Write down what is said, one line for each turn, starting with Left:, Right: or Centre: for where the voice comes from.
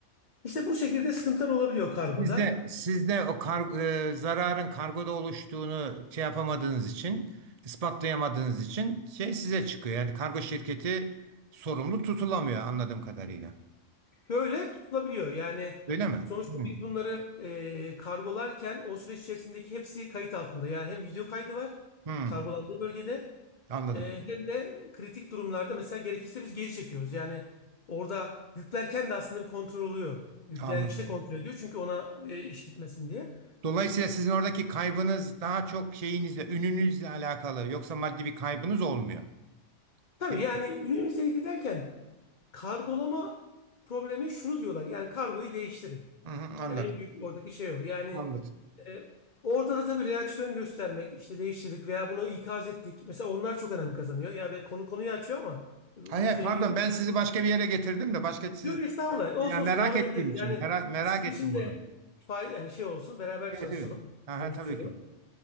Left: İşte bu şekilde sıkıntılar olabiliyor kargoda.
Right: Sizde, sizde o kar, e, zararın kargoda oluştuğunu şey yapamadığınız için, ispatlayamadığınız için şey size çıkıyor. Yani kargo şirketi sorumlu tutulamıyor anladığım kadarıyla.
Left: Şöyle tutulabiliyor. Yani
Right: Öyle mi?
Left: sonuçta
Right: Hmm.
Left: biz bunları e, kargolarken o süreç içerisindeki hepsi kayıt altında. Yani hem video kaydı var
Right: Hmm.
Left: kargolandığı bölgede
Right: Anladım.
Left: e, hem de kritik durumlarda mesela gerekirse biz geri çekiyoruz. Yani orada yüklerken de aslında bir kontrol oluyor. Yükleyen
Right: Anladım.
Left: kişi de kontrol ediyor çünkü ona e, iş gitmesin diye.
Right: Dolayısıyla sizin oradaki kaybınız daha çok şeyinizle, ününüzle alakalı. Yoksa maddi bir kaybınız olmuyor.
Left: Tabii
Right: Yani,
Left: yani ürünümüzle ilgili derken kargolama problemi şunu diyorlar. Yani kargoyu değiştirin.
Right: Hı hı, anladım.
Left: Yani en büyük oradaki şey o. Yani
Right: Anladım.
Left: E, orada da tabii reaksiyon göstermek, işte değiştirdik veya bunu ikaz ettik. Mesela onlar çok önem kazanıyor. Ya be konu konuyu açıyor ama bu
Right: Hayır, hayır,
Left: şeye
Right: pardon
Left: girmiş.
Right: ben sizi başka bir yere getirdim de başka siz
Left: Yok estağfurullah. Olsun
Right: ya merak
Left: olsun devam
Right: ettiğim
Left: edebiliriz.
Right: için
Left: Yani
Right: merak, merak
Left: sizin
Right: ettim
Left: için
Right: bunu.
Left: de fay- yani şey olsun beraber
Right: Evet
Left: çalışalım,
Right: evet. Aha,
Left: konuşmuş
Right: tabii
Left: olalım.
Right: ki.